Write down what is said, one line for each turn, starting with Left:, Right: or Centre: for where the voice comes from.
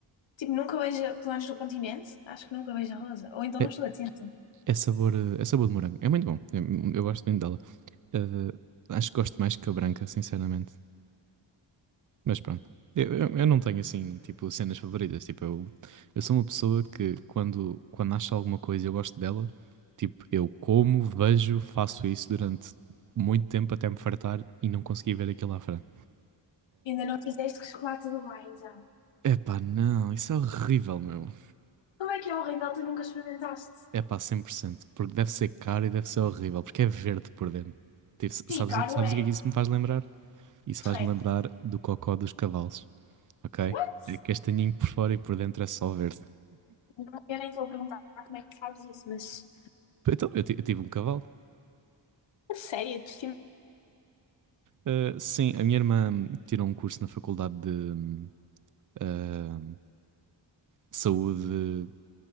Left: tipo, nunca vejo, pelo menos no continente, acho que nunca vejo a rosa. Ou então
Right: É,
Left: não estou atenta.
Right: É sabor, eh, é sabor de morango. É muito bom. É- Eu gosto muito dela. Eh, acho que gosto mais que a branca, sinceramente. Mas pronto. Eu, eu, eu não tenho assim, tipo, cenas favoritas. Tipo, eu, eu sou uma pessoa que quando, quando acho alguma coisa e eu gosto dela, tipo, eu como, vejo, faço isso durante muito tempo até me fartar e não conseguir ver aquilo à frente.
Left: Ainda não fizeste com chocolate do Dubai, já.
Right: Eh, epá, não, isso é horrível, meu.
Left: Como é que é horrível, tu nunca experimentaste?
Right: Epá, cem por cento, Porque deve ser caro e deve ser horrível, porque é verde por dentro. Tipo, sabes,
Left: Sim, claro,
Right: sabes
Left: é.
Right: o que é que isso me faz lembrar? Isso faz-me
Left: Shrek.
Right: lembrar do cocó dos cavalos, ok?
Left: What?
Right: É castanhinho por fora e por dentro é só verde.
Left: não Eu nem vou perguntar como é que sabes isso, mas...
Right: Então, eu, ti- eu tive um cavalo.
Left: A sério, de estimação.
Right: Ah, sim, a minha irmã tirou um curso na faculdade de hum, ah, saúde